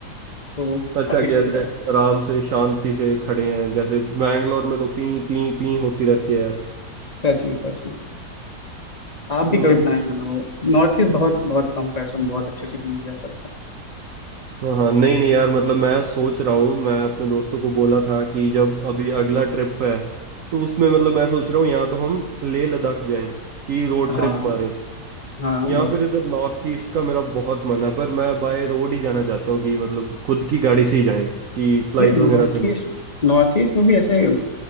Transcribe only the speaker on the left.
तो
काफ़ी
सुंदर
है
सच में सच में आप भी
कभी प्लान बनाओ नॉर्थ ईस्ट बहुत बहुत कम पैसों में बहुत अच्छे से घूमा जा सकता
है
हाँ
हाँ
बहुत
नहीं
नॉर्थ
ईस्ट नॉर्थ ईस्ट में भी ऐसे अ,